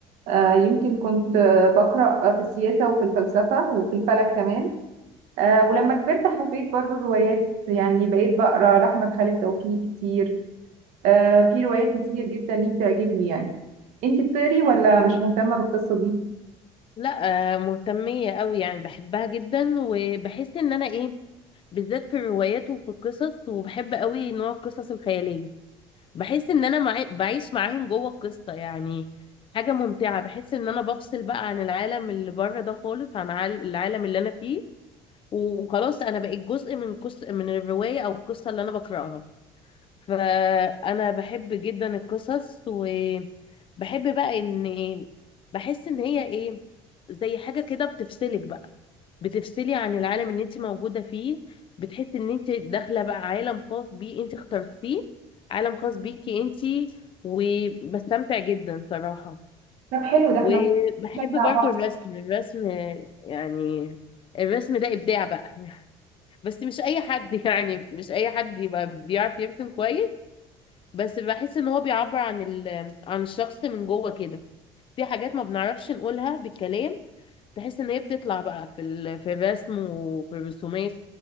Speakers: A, on the right; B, on the left.
A: آه يمكن كنت آه، بقرأ في السياسة وفي الفلسفة وفي الفلك كمان آه ولما كبرت حبيت برضو الروايات يعني بقيت بقرا لأحمد خالد توفيق كتير آه في روايات كتير جدا ليه بتعجبني يعني انت بتقري ولا مش مهتمة بالقصة دي؟
B: لا آه، مهتمية قوي يعني بحبها جدا وبحس ان انا ايه بالذات في الروايات وفي القصص وبحب قوي نوع القصص الخيالية بحس ان انا معي بعيش معاهم جوه القصة يعني حاجة ممتعة بحس ان انا بفصل بقى عن العالم اللي بره ده خالص عن عال- العالم اللي انا فيه وخلاص انا بقيت جزء من قص من الرواية او القصة اللي انا بقرأها فانا بحب جدا القصص وبحب بقى ان بحس ان هي ايه زي حاجة كده بتفصلك بقى بتفصلي عن العالم اللي انت موجودة فيه بتحسي ان انت داخلة بقى عالم خاص بيه انت اخترتيه عالم خاص بيكي انت وبستمتع جدا صراحة
A: طب حلو ده احنا
B: وبحب
A: نشجع
B: برضو
A: بعض
B: الرسم الرسم يعني الرسم ده إبداع بقى <laughs> بس مش أي حد <laughs> يعني مش أي حد يبقى بيعرف يرسم كويس بس بحس ان هو بيعبر عن ال... عن الشخص من جوه كده في حاجات ما بنعرفش نقولها بالكلام تحس ان هي بتطلع بقى في ال... في الرسم وفي الرسومات